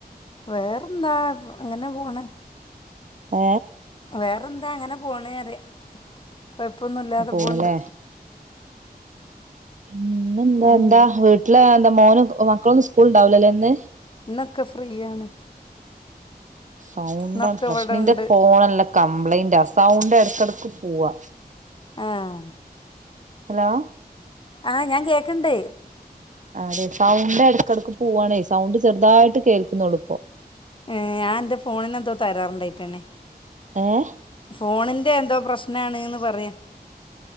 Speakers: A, on the left; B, on the right.
A: വേറെന്താ അങ്ങനെ പോണെ
B: ഏ
A: വേറെന്താ അങ്ങനെ പോണ് അറിയാം കുഴപ്പൊന്നുമല്ലാതെ
B: പോണ്ല്ലേ
A: പോണ്ട്
B: പിന്നെ എന്താ
A: ഉം
B: എന്താ വീട്ടില് എന്താ മോന് മക്കളൊന്നും സ്കൂൾ ഉണ്ടാവലല്ലേന്ന്
A: ഇന്നൊക്കെ ഫ്രീയാണ്
B: സൗണ്ടാണ്
A: ഇന്നൊക്കെ
B: പ്രശ്ന്റെ
A: ഇവടെണ്ട്
B: പോണല്ല കംപ്ലയിൻറ്റാ സൗണ്ട് എടക്കെടക്ക് പോവാ
A: ആഹ്
B: ഹലോ
A: ആഹ് ഞാൻ കേക്കണ്ട്
B: അതെ സൗണ്ട് എടക്കെടക്ക് പുവാണേ സൗണ്ട് ചെറുതായിട്ട് കേക്കുന്നുള്ളൂ ഇപ്പൊ
A: ഏഹ് ഞാൻ എന്റെ ഫോണിനെന്തോ തരാറുണ്ടായിട്ടന്നെ
B: ഏഹ്
A: ഫോണിന്റെ എന്തോ പ്രശ്നാണ്ന്ന് പറയ് -